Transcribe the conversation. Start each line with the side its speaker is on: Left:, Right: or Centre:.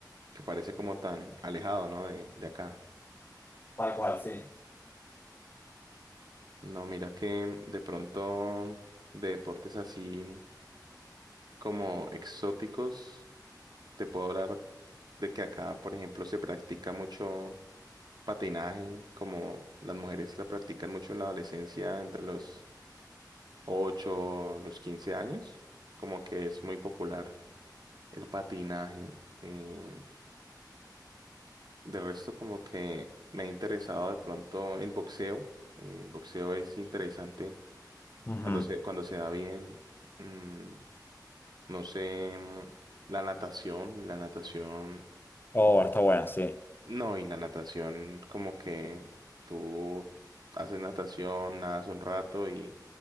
Right: que parece como tan alejado, ¿no? De, de acá.
Left: Tal cual, sí.
Right: No, mira que de pronto de deportes así como exóticos, te puedo hablar de que acá, por ejemplo, se practica mucho patinaje, como las mujeres la practican mucho en la adolescencia entre los 8 los 15 años, como que es muy popular el patinaje. eh, de resto, como que me ha interesado de pronto el boxeo. eh, el boxeo es interesante
Left: Ujú.
Right: cuando se, cuando se da bien. mm, no sé, mm, la natación, la natación.
Left: Oh, está buena, sí.
Right: No, y la natación, como que tú haces natación, nadas un rato y